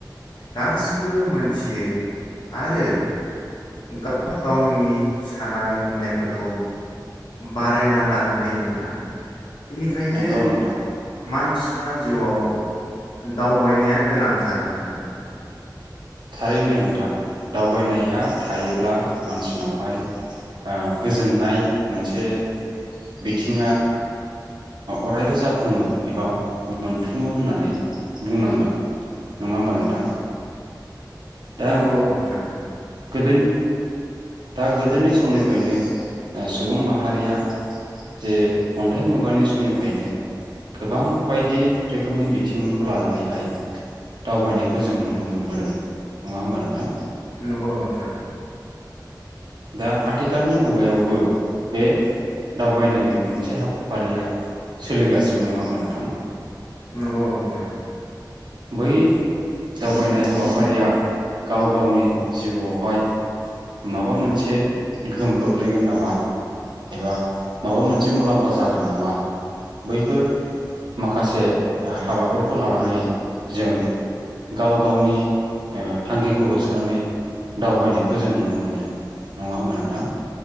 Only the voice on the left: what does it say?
गासिबो मोनथियो आरो गाव गावनि साननाय हनायफोरखौ बारायना लानो हायो नोंथां बेनिखायनो
मानसि जा जिउआव दावबायनाया गोनांथार नोंथां
नंगौ नोथां
नंगौ नोंथां
नंगौ नोंथां